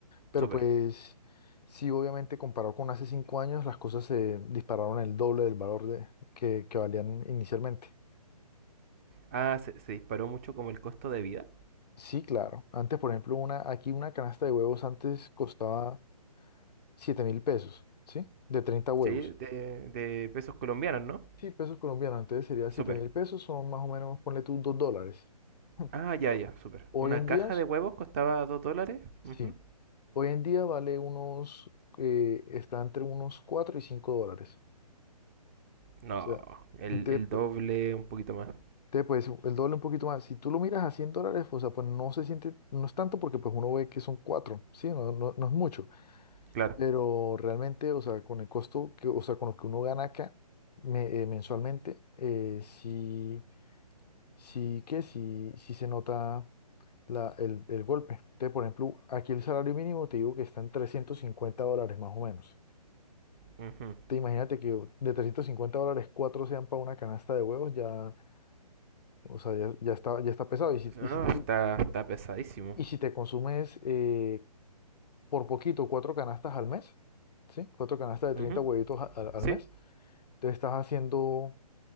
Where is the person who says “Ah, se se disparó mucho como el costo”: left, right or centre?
Right